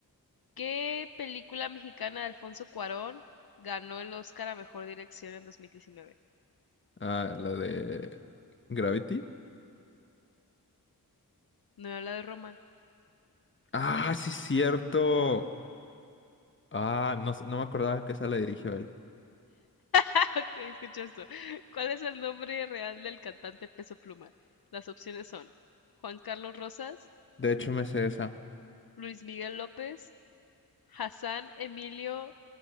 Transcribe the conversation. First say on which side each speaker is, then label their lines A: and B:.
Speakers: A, on the left; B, on the left.
A: ¿Qué película mexicana de Alfonso Cuarón ganó el Oscar a Mejor Dirección en 2019?
B: Ah, la de Gravity.
A: No era la de Roma. <laughs>
B: Ah, sí, cierto. Ah, no, s- no me acordaba que esa la dirigió él.
A: Ah, ok, escucha esto. ¿Cuál es el nombre real del cantante Peso Pluma? Las opciones son Juan Carlos Rosas,
B: De hecho,
A: Luis
B: me sé esa.
A: Luis Miguel López, Hassan Emilio